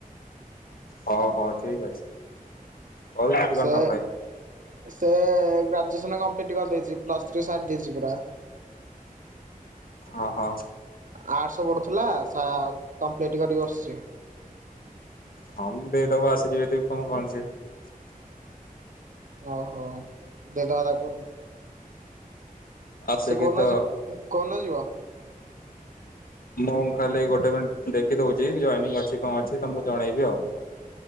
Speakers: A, on the left; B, on the right.
A: ହଉ ହଉ ଠିକ ଅଛି। କରୁଛନ୍ତି
B: ସେ
A: କଣ ତମ ଭାଇ?
B: ସେ ଗ୍ରାଜୁଏସନ କମ୍ପ୍ଲିଟ କରିଦେଇଚି ପ୍ଲସ ଥ୍ରୀ ସାରି ଦେଇଚି ପୁରା।
A: ଓ ହୋ।
B: ଆର୍ଟସ ପଢୁଥିଲା ସା କମ୍ପ୍ଲିଟ କରିକି ବସଚି।
A: ହଁ ଦେଇଦବ ଆସିକି ଯଦି <unintelligible>
B: ଓ ହୋ ଦେବା ତାକୁ।
A: ଆସିକି
B: ସେ କୋଉଦିନ
A: ତ
B: ଯି କୋଉଦିନ ଯିବ?
A: ମୁଁ ଖାଲି ଗୋଟେ ମିନିଟ ଦେଖି ଦଉଚି ଜଏନିଂ ଅଛି କଣ ଅଛି ତମକୁ ଜଣେଇବି ଆଉ।